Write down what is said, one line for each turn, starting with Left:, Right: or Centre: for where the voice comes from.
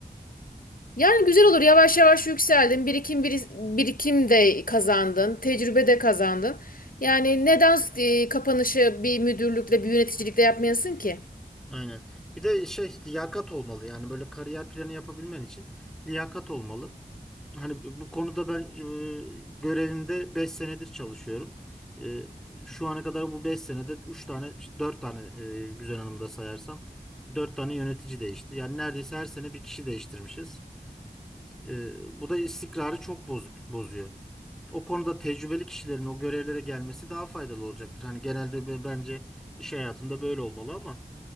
Left: yani güzel olur. Yavaş yavaş yükseldin. Birikim biri- birikim de kazandın. Tecrübe de kazandın. Yani neden e, kapanışı bir müdürlükle, bir yöneticilikle yapmayasın ki?
Centre: Aynen. Bir de şey liyakat olmalı yani böyle kariyer planı yapabilmen için liyakat olmalı. Hani bu konuda ben e, görevimde 5 senedir çalışıyorum. E, şu ana kadar bu 5 senede 3 tane işte 4 tane e, Güzel Hanım'da sayarsam 4 tane yönetici değişti. Yani neredeyse her sene bir kişi değiştirmişiz. E, bu da istikrarı çok bozuk, bozuyor. O konuda tecrübeli kişilerin o görevlere gelmesi daha faydalı olacaktır. Hani genelde be- bence iş hayatında böyle olmalı ama